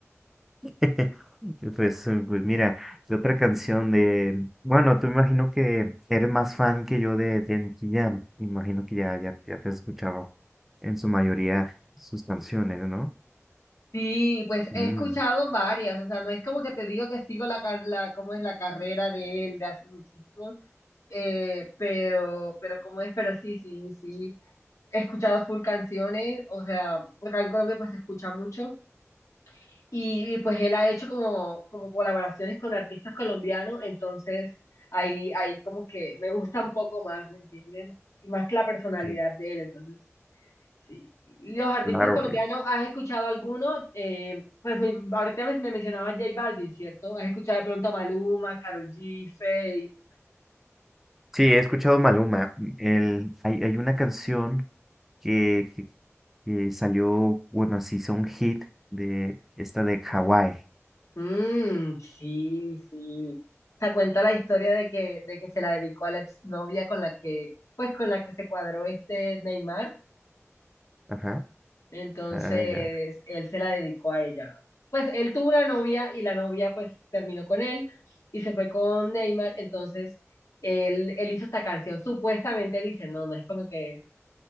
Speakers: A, in the centre; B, on the left.
A: <laughs> Pues, eh, pues mira, de otra canción de... Bueno, tú imagino que eres más fan que yo de, de Nicky Jam. Imagino que ya, ya, ya te has escuchado en su mayoría sus canciones, ¿no?
B: Sí, pues
A: Mm,
B: he escuchado varias, o sea, no es como que te digo que sigo la, ca- la cómo es la carrera de él de hace muchísimo, eh, pero, pero cómo es, pero sí, sí, sí. He escuchado full canciones, o sea, acá en Colombia pues se escucha mucho. Y, y, pues él ha hecho como, como colaboraciones con artistas colombianos, entonces ahí, ahí como que me gusta un poco más, ¿me entiendes? Y más que la personalidad
A: sí,
B: de él, entonces sí. sí. ¿Y Los artistas
A: claro.
B: colombianos,
A: eh,
B: ¿has escuchado alguno? Eh, pues mi- ahorita me, me mencionabas J Balvin, ¿cierto? ¿Has escuchado de pronto a Maluma, Karol G, Feid?
A: Sí, he escuchado Maluma. Mm, El, hay, hay una canción que, que, que salió, bueno, se hizo un hit de esta de Hawái.
B: Mmm, sí, sí. O sea, cuenta la historia de que, de que se la dedicó a la exnovia con la que, pues con la que se cuadró este Neymar.
A: Ajá.
B: Entonces,
A: Ah, ya.
B: él se la dedicó a ella. Pues él tuvo una novia y la novia pues terminó con él y se fue con Neymar. Entonces, él, él hizo esta canción. Supuestamente dice, no, no es como que